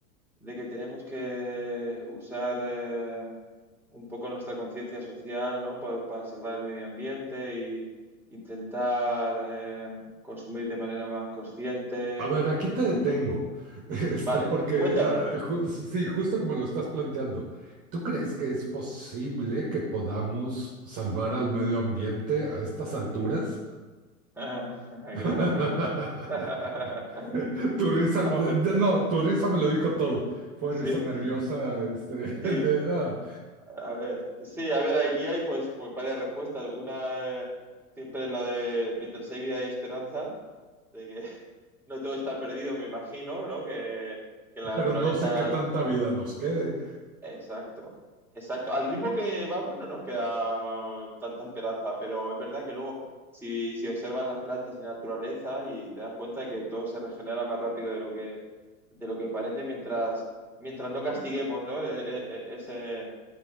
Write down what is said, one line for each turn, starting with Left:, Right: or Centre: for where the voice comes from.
Centre: de que tenemos que usar eh, un poco nuestra conciencia social, ¿no? Para, para salvar el medio ambiente y intentar eh, consumir de manera más consciente.
Right: A ver, aquí te detengo, <laughs> este,
Centre: Vale,
Right: porque
Centre: cuéntame.
Right: ah, ju- sí, justo como lo estás planteando, ¿tú crees que es posible que podamos salvar al medio ambiente a estas alturas?
Centre: <laughs> Qué
Right: <laughs>
Centre: buena pregunta. <laughs>
Right: Tu risa, de-
Centre: Hombre,
Right: no, tu risa me lo dijo todo. Fue
Centre: sí,
Right: risa nerviosa, este, <laughs>
Centre: sí.
Right: de, ah,
Centre: A ver, sí, a ver, aquí hay pues, pues varias respuestas. Una eh, siempre es la de mientras hay vida hay esperanza, de que <laughs> no todo está perdido, me imagino, ¿no? Que, que la
Right: pero
Centre: naturaleza...
Right: no sé qué tanta vida nos quede.
Centre: Exacto, exacto. Al ritmo que vamos no nos queda tanta esperanza, pero es verdad que luego si, si observas las plantas y la naturaleza y te das cuenta de que todo se regenera más rápido de lo que, de lo que parece mientras, mientras no castiguemos, ¿no? E- e- e- ese